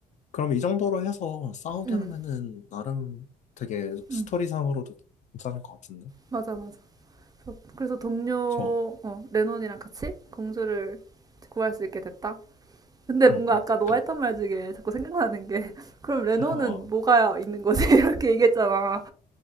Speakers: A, on the left (about 45°); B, on the right (about 20°).
A: 그럼 이 정도로 해서 싸우게
B: 응,
A: 하면은, 나름 되게 스토리상으로도
B: 응.
A: 괜찮을 것 같은데?
B: 맞아, 맞아. 그래서, 그래서 동료,
A: 좋아.
B: 어, 레논이랑 같이 공주를 구할 수 있게 됐다. 근데 뭔가
A: 응, 응.
B: 아까 너가
A: 그니까.
B: 했던 말 중에 자꾸 생각나는 게 <laughs> 그럼 레논은
A: <laughs> 어,
B: 뭐가 있는 거지? <laughs> 이렇게 얘기했잖아.